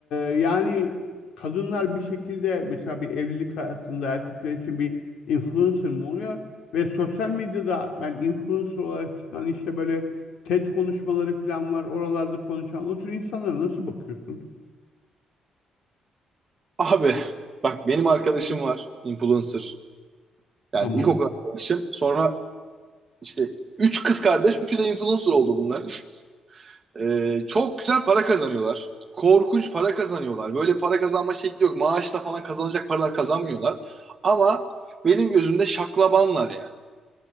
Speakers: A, on the left; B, on the right.
A: yani kadınlar bir şekilde mesela bir evlilik hayatında erkekler için bir influencer mı oluyor? Ve sosyal medyada ben influencer olarak çıkan işte böyle TED konuşmaları falan var. Oralarda konuşan o tür insanlara nasıl bakıyorsun?
B: Abi bak benim arkadaşım var. Influencer. Yani
A: Tamam.
B: ilkokul arkadaşım. Sonra işte üç kız kardeş. Üçü de influencer oldu bunların. <laughs> Ee, çok güzel para kazanıyorlar. Korkunç para kazanıyorlar. Böyle para kazanma şekli yok. Maaşla falan kazanacak paralar kazanmıyorlar. Ama benim gözümde şaklabanlar yani.